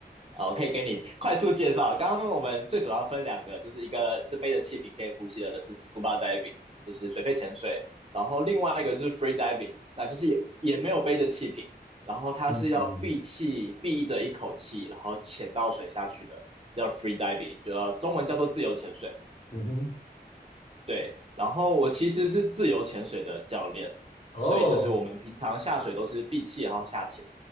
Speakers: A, on the right (about 35°); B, on the left (about 45°).
A: 啊，我可以给你快速介绍。刚刚我们最主要分两个，就是一个是背着气瓶可以呼吸的是 scuba diving，就是水肺潜水，然后另外一个是 free diving，那就是也也没有背着气瓶，然后它是要闭气闭着一口气，
B: 嗯嗯
A: 然后潜到水下去的，叫 free diving，就中文叫做自由潜水。
B: 嗯哼，
A: 对，然后我其实是自由潜水的教练，
B: 哦，
A: 所以就是我们平常下水都是闭气然后下潜，